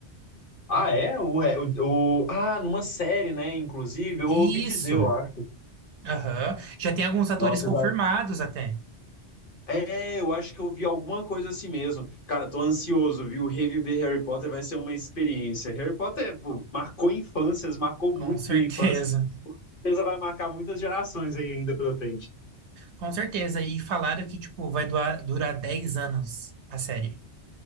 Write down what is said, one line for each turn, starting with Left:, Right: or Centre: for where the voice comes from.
Left: Ah, é? O, o, o- ah, numa série, né? Inclusive, eu
Right: Isso.
Left: ouvi dizer, eu acho.
Right: Aham. Já tem alguns atores
Left: Nossa,
Right: confirmados
Left: eu já
Right: até.
Left: É, eu acho que eu vi alguma coisa assim mesmo. Cara, tô ansioso, viu? Reviver Harry Potter vai ser uma experiência. Harry Potter, pô, marcou infâncias, marcou muito
Right: Com certeza.
Left: minha infância.
Right: <laughs>
Left: Com certeza vai marcar muitas gerações aí ainda pela frente.
Right: Com certeza. E falaram que, tipo, vai durar, durar 10 anos a série.